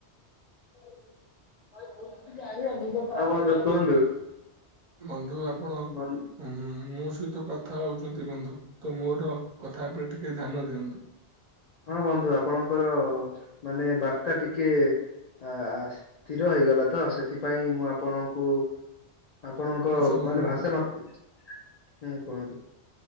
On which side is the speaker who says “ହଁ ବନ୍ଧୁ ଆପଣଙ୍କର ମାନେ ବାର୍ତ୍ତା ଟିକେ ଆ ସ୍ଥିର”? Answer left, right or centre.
Left